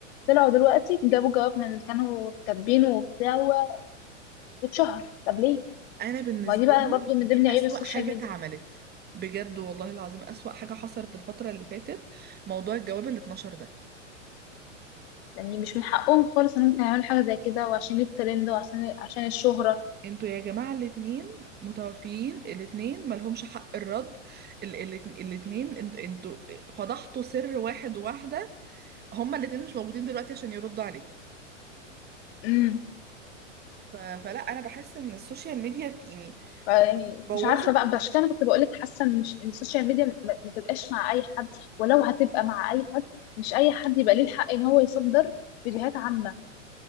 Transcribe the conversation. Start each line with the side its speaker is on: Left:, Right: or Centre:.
Left: طلعوا دلوقتي جابوا جواب من اللي كانوا كاتبينه وبتاع و- واتشهر طب ليه؟
Right: انا بالنسبة
Left: ما دي بقى
Right: لي
Left: برضو من
Right: دي
Left: ضمن عيوب
Right: اسوأ
Left: السوشيال
Right: حاجة
Left: ميديا
Right: اتعملت بجد والله العظيم اسوأ حاجة حصلت الفترة اللي فاتت موضوع الجواب اللي اتنشر ده
Left: يعني مش من حقهم خالص انهم كانوا يعملوا حاجه زي كده وعشان الترند وعشان عشان الشهره
Right: انتوا يا جماعة الاتنين متوفيين الاتنين ملهمش حق الرد ال ال الاتنين انت- انتوا فضحتوا سر واحد وواحدة هما الاتنين مش موجودين دلوقتي عشان يردوا عليكم
Left: امم
Right: ف فلا انا بحس ان السوشيال ميديا في يعني
Left: يعني
Right: بوظت
Left: مش عارفه بقى عشان كده انا كنت بقول لك حاسه ان مش- إن السوشيال ميديا ما ما تبقاش مع اي حد ولو هتبقى مع اي حد مش اي حد يبقى ليه الحق ان هو يصدر فيديوهات عامه